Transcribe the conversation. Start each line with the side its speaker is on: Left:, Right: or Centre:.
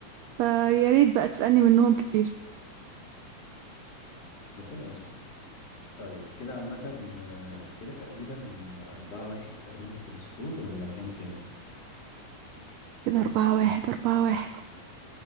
Right: فيا ريت بقى تسألني منهم كتير
Left: ربنا يستر طيب كده عامة آه، انت كده تقريبا أربعة واحد تقريبا في السكور ولا كام كام؟
Right: كده أربعة واحد أربعة واحد